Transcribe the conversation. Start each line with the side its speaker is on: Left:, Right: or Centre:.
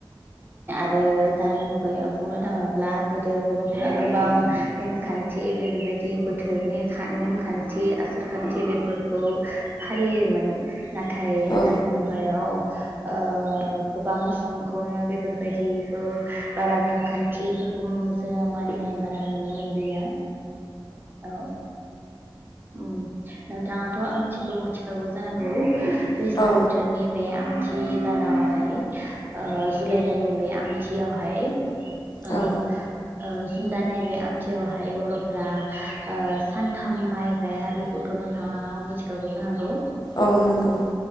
Right: ओ दानि मुगायाव बुंनो थाङोब्ला गोदो बर'फोरा गोबां नेमखान्थि बेफोरबायदि बोथोरनि खा नेमखान्थि आसार खान्थि बेफोर खौ फालियोमोन। नाथाय
Left: औ
Right: दानि मुगायाव। ओ गोबां सुबुंखौनो बेफोरबायदिखौ बारा नेमखान्थि फोरखौ जोङो मानिनाय बारा नुनो मोनलिया। औ। उम नोंथाङाथ' आमथिखौ मिथिखागौ जानांगौ? दैज्लां
Left: औ
Right: बोथोरनि बे आमथि दानावहाय ओ जुलाइ दाननि बे आमथियावहाय। ओ
Left: औ
Right: ओ जुनदाननि बे आमथियावहाय बर'फोरा ओ सानथाम माइ जाया बेखौथ' नोंथाङा मिथिखागौ जा नांगौ?
Left: औ नंगौ